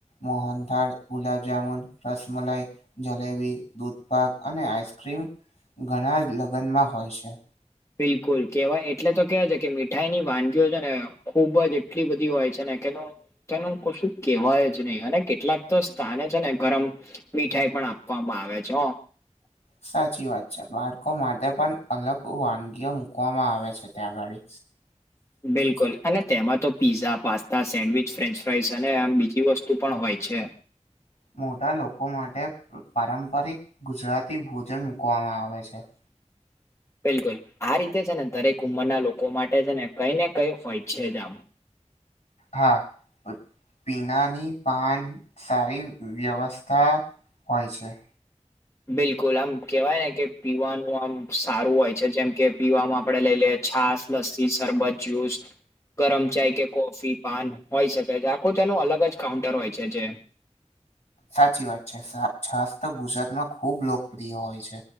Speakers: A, on the left; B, on the left.
A: મોહનથાળ ગુલાબજામુન રસમલાઈ જલેબી દૂધ પાક અને આઈસ્ક્રીમ ઘણા જ લગ્નમાં હોય છે.
B: બિલકુલ કેવાય એટલે તો કેવાય છે કે મીઠાઈ ની વાનગીઓ છે ને ખૂબ જ એટલી બધી હોય છે ને કેનું તેનું કસું કેવાય જ નહી અને કેટલાક તો સ્થાને છે ને ગરમ મીઠાઈ પણ આપવામાં આવે છે.
A: સાચી વાત છે બાળકો માટે પણ અલગ વાનગીઓ મુકવામાં આવે છે ત્યાં આગળ
B: બિલકુલ અને તેમાં તો pizza pasta sandwich French fries અને આમ બીજી વસ્તુ પણ હોય છે.
A: મોટા લોકો માટે પારંપરિક ગુજરાતી ભોજન મુકવામાં આવે છે.
B: બિલકુલ આ રીતે છે ને દરેક ઉંમરના લોકો માટે છે ને કઈ ને કઈ હોય છે જ આમ
A: હા પીણાની પાન સારી વ્યવસ્થા હોય છે.
B: બિલકુલ આમ કેવાય ને કે પીવાનું આમ સારું હોય છે જેમ કે પીવામાં આપડે લઈ લઈએ છાસ લસ્સી શરબત જ્યુસ ગરમ ચાય કે કોફી પાન હોય શકે છે આખું તેનું અલગ જ કાઉન્ટર હોય છે જે
A: સાચી વાત છે છાસ તો ગુજરાતમાં ખુબ લોકપ્રિય હોય છે.